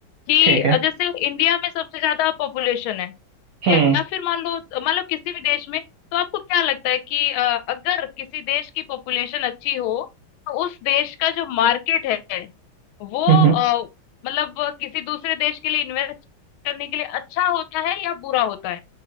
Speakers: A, on the left (about 80°); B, on the right (about 60°).
A: कि
B: ठीक है
A: जैसे इंडिया में सबसे ज्यादा पॉपुलेशन है
B: हम्म
A: या या फिर मान लो मान लो किसी भी देश में तो आपको क्या लगता है कि अ, अगर किसी देश की पॉपुलेशन अच्छी हो तो उस देश का जो मार्केट है वो अ,
B: हम्म हम्म।
A: मतलब अ, किसी दूसरे देश के लिए इन्वेस्ट करने के लिए अच्छा होता है या बुरा होता है